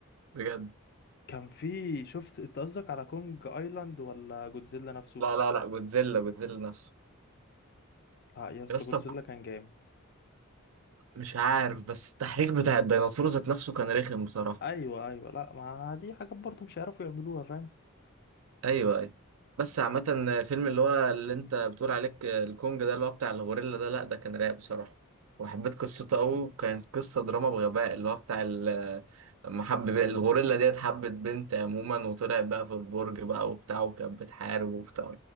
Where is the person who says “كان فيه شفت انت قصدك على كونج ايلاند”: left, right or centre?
Left